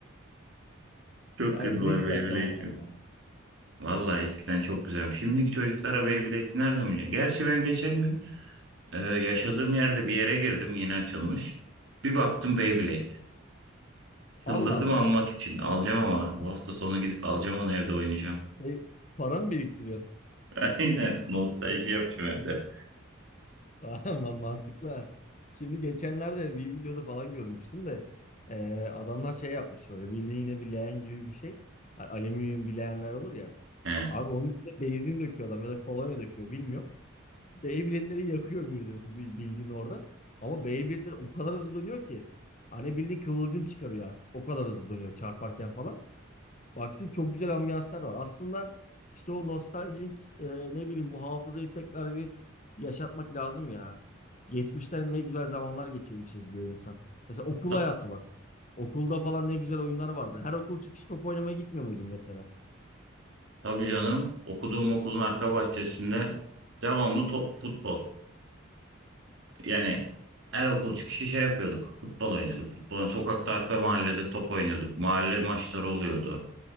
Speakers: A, on the right; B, on the left.
A: Çok
B: Hayır
A: kırdılar
B: ne güzel
A: Beyblade'imi.
B: zamanlar ya.
A: Vallahi eskiden çok güzelmiş. Şimdiki çocuklara Beyblade'i nereden bilecek? Gerçi ben geçen gün e, yaşadığım yerde bir yere girdim yeni açılmış. Bir baktım Beyblade. Çıldırdım
B: Allah Allah.
A: almak için. Alacağım ama bu hafta sonu gidip alacağım onu evde oynayacağım.
B: Şey, para mı biriktiriyorsun?
A: <laughs> Aynen nostalji yapacağım evde.
B: <laughs> Ama mantıklı. ha. Şimdi geçenlerde bir videoda falan görmüştüm de e, adamlar şey yapmış böyle bildiğin yine bir leğen gibi bir şey. A- Alüminyum bir leğenler olur ya.
A: He.
B: Abi onun içine benzin döküyor adam ya da kolonya döküyor bilmiyorum. Beyblade'leri yakıyor bildiğin, bi- bildiğin orada. Ama Beyblade'ler o kadar hızlı dönüyor ki. Hani bildiğin kıvılcım çıkarıyor artık. O kadar hızlı dönüyor çarparken falan. Baktım çok güzel ambiyanslar var. Aslında işte o nostaljik e, ne bileyim bu hafızayı tekrar bir yaşatmak lazım ya. Geçmişten ne güzel zamanlar geçirmişiz diyor insan. Mesela okul
A: Ta-
B: hayatı bak. Okulda falan ne güzel oyunlar vardı. Her okul çıkışı top oynamaya gitmiyor muydun mesela?
A: tabii canım okuduğum okulun arka bahçesinde devamlı top, futbol. Yani her okul çıkışı şey yapıyorduk. Futbol oynuyorduk. Futbol, sokakta arka mahallede top oynuyorduk. Mahalle maçları oluyordu.